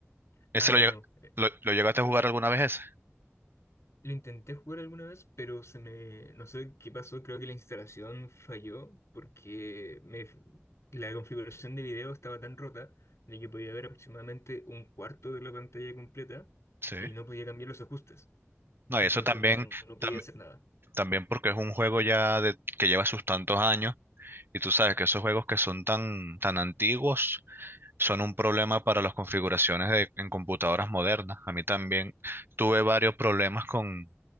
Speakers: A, on the left; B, on the right.
A: Ah,
B: ¿Ese lo, lleg-
A: no.
B: lo, lo llegaste a jugar alguna vez ese?
A: Lo intenté jugar alguna vez, pero se me... No sé qué pasó, creo que la instalación falló porque me... la configuración de video estaba tan rota de que podía ver aproximadamente un cuarto de la pantalla completa
B: Sí.
A: y no podía cambiar los ajustes.
B: No,
A: Entonces
B: y eso también,
A: no, no podía
B: tam-
A: hacer nada.
B: también porque es un juego ya de, que lleva sus tantos años Y tú sabes que esos juegos que son tan, tan antiguos son un problema para las configuraciones de- en computadoras modernas. A mí también tuve varios problemas con,